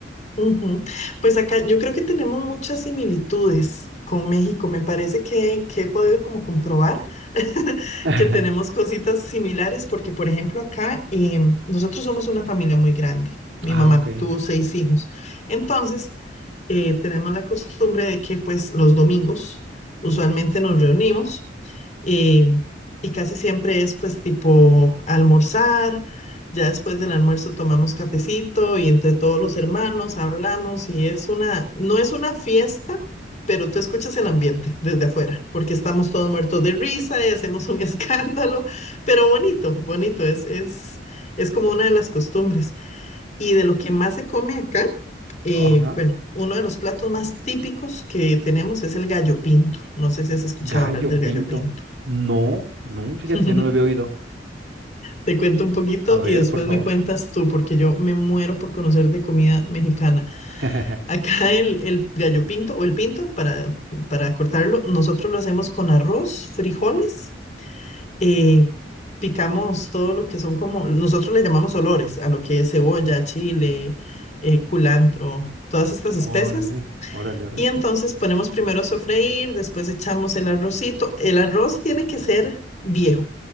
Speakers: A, on the left (about 40°); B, on the right (about 85°).
A: Ujú. Pues acá yo creo que tenemos muchas similitudes con México. Me parece que, que he podido como comprobar <laughs>
B: <laughs>
A: que tenemos cositas similares porque, por ejemplo, acá eh, nosotros somos una familia muy grande. Mi
B: Ah,
A: mamá
B: ok.
A: tuvo seis hijos. Entonces, eh, tenemos la costumbre de que pues los domingos usualmente nos reunimos. Y, y casi siempre es pues tipo almorzar, ya después del almuerzo tomamos cafecito y entre todos los hermanos hablamos y es una, no es una fiesta, pero tú escuchas el ambiente desde afuera, porque estamos todos muertos de risa y hacemos un <laughs> escándalo, pero bonito, bonito, es, es, es como una de las costumbres. Y de lo que más se come acá, eh,
B: Ajá.
A: bueno, uno de los platos más típicos que tenemos es el gallo pinto. No sé si has escuchado
B: Gallo
A: hablar del
B: pinto.
A: gallo pinto.
B: No, no, fíjate
A: <laughs>
B: que no lo había oído.
A: Te cuento un poquito
B: A ver,
A: y después
B: por favor.
A: me cuentas tú, porque yo me muero por conocer de comida mexicana.
B: <laughs>
A: Acá el, el gallo pinto o el pinto, para, para cortarlo, nosotros lo hacemos con arroz, frijoles, eh, picamos todo lo que son como, nosotros le llamamos olores a lo que es cebolla, chile, eh, culantro, todas estas especias.
B: Órale, órale, órale.
A: Y entonces ponemos primero a sofreír, después echamos el arrocito. El arroz tiene que ser viejo,